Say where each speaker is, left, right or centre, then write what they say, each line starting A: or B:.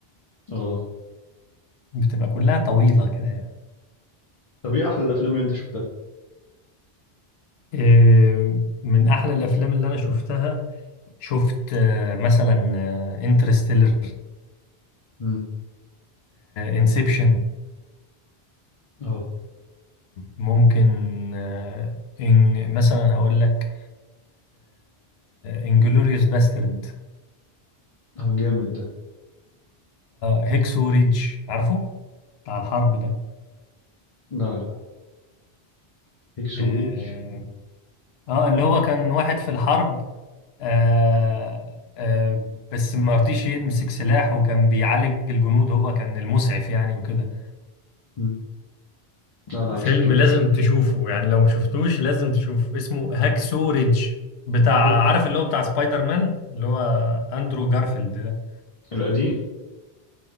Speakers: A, on the left; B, on the left.
A: اه
B: بتبقى كلها طويله كده يعني.
A: طب ايه احلى الافلام اللي انت شفتها؟
B: إيه، من احلى الافلام اللي انا شفتها شفت آه، مثلا انترستيلر
A: امم
B: انسبشن
A: اه
B: ممكن آه، إن مثلا هقول لك انجلوريوس باسترد
A: اه جامد ده
B: هيكسو ريدج عارفه بتاع الحرب ده
A: لا لا هيكس
B: اه
A: وريدج
B: آه، اللي هو كان واحد في الحرب آه آه بس ما رضيش يمسك سلاح وكان بيعالج الجنود هو كان المسعف يعني وكده
A: مم. لا لا
B: فيلم
A: ما شفتوش
B: لازم تشوفه يعني لو مشفتوش لازم تشوفه اسمه هاكسو ريدج بتاع
A: هيك
B: عارف اللي هو بتاع سبايدر مان اللي هو اندرو جارفيلد ده
A: القديم